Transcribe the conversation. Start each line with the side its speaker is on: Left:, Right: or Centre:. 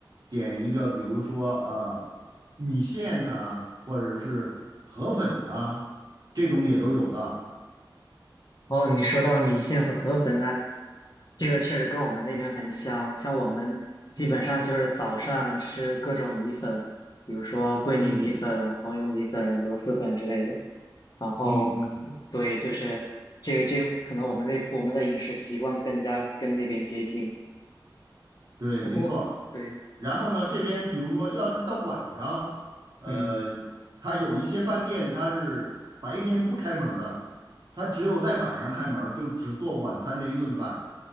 Right: 点一个，比如说呃。米线呐、或者是河粉呐、这种也都有的。
Left: 哦，你说到米线和河粉，那这个确实跟我们那边很像，像我们基本上就是早上吃各种米粉，
Right: 嗯
Left: 比如说桂林米粉、
Right: 嗯
Left: 红油米粉、螺蛳粉之类的。然后，
Right: 嗯嗯，
Left: 对，就是这个这个可能我们那我们的饮食习惯更加跟那边接近。
Right: 对，
Left: 不过，
Right: 没错儿
Left: 对，
Right: 然后呢，这边比如说，要是到晚上，呃，
Left: 嗯，
Right: 它有一些饭店它是白天不开门儿的，它只有在晚上开门儿，就只做晚餐这一顿饭。